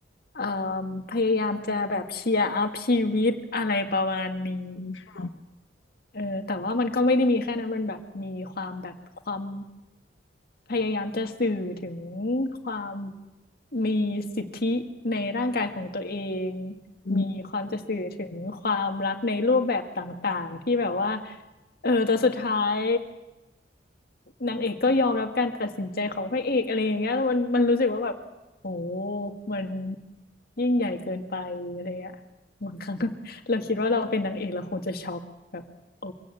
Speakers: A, on the left; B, on the left.
A: เอ่อพยายามจะแบบเชียร์อัพชีวิตอะไรประมาณนี้
B: อืมค่ะ
A: เออแต่ว่ามันก็ไม่ได้มีแค่นั้นมันแบบมีความแบบความพยายามจะสื่อถึงความมีสิทธิในร่างกายของตัวเอง
B: อืม
A: มีความจะสื่อถึงความรักในรูปแบบต่างๆที่แบบว่าเออแต่สุดท้ายนางเอกก็ยอมรับการตัดสินใจของพระเอกอะไรอย่างเงี้ยแล้วมันมันรู้สึกว่าแบบโหมันยิ่งใหญ่เกินไปอะไรเงี้ยบางครั้ง <laughs> เราคิดว่าเราเป็นนางเอกเราคงจะช็อกแบบโอ้